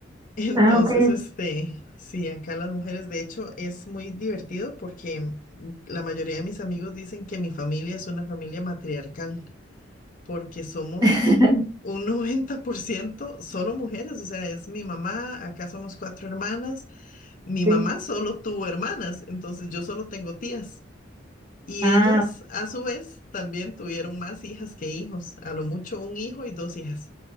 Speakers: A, on the left; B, on the right.
A: Entonces,
B: Ah, ok.
A: este, sí, acá las mujeres, de hecho, es muy divertido porque mm, la mayoría de mis amigos dicen que mi familia es una familia matriarcal, porque somos
B: <laughs>
A: un <laughs> 90% solo mujeres, o sea, es mi mamá, acá somos cuatro hermanas, mi mamá
B: Sí.
A: solo tuvo hermanas, entonces yo solo tengo tías. Y
B: Ah,
A: ellas, a su vez, también tuvieron más hijas que hijos, a lo mucho un hijo y dos hijas,